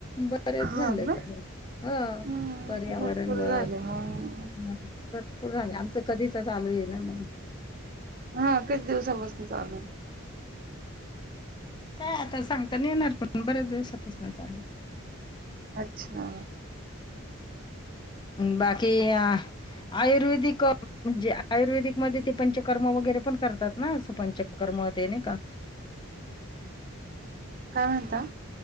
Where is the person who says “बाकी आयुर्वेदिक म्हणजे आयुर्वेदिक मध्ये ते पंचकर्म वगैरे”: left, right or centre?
Left